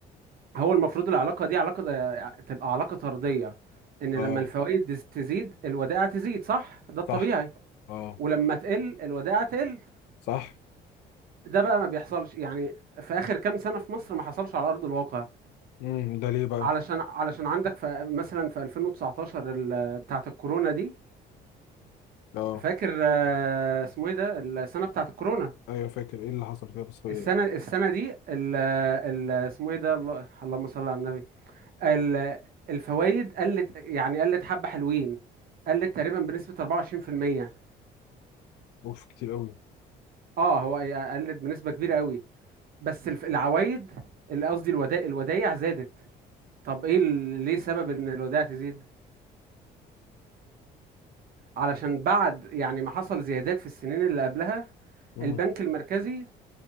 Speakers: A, on the right (about 60°); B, on the left (about 85°).
A: هو المفروض العلاقة دي علاقة آه، تبقى علاقة طردية ان لما
B: اه
A: الفوائد تزيد الودائع تزيد صح ده الطبيعي
B: صح اه
A: ولما تقل الودائع تقل
B: صح
A: ده بقى ما بيحصلش يعني في اخر كام سنة في مصر ما حصلش على ارض الواقع
B: امم ده ليه بقى؟
A: علشان علشان عندك في مثلا في 2019 ال- بتاعة الكورونا دي
B: اه
A: فاكر آه، اسمه ايه ده السنة بتاعة الكورونا
B: ايوه فاكر ايه اللي حصل فيها بس هي
A: السنة السنة دي ال ال اسمه ايه ده الله- اللهم صل على النبي ال- الفوائد قلت يعني قلت حبة حلوين قلت تقريبا بنسبة 24%
B: اوف كتير قوي
A: اه هو قلت بنسبة كبيرة قوي بس الف- العوايد اللي قصدي الودائع الودائع زادت طب ايه ال- ليه سبب ان الودائع تزيد علشان بعد يعني ما حصل زيادات في السنين اللي قبلها
B: ايه؟
A: البنك المركزي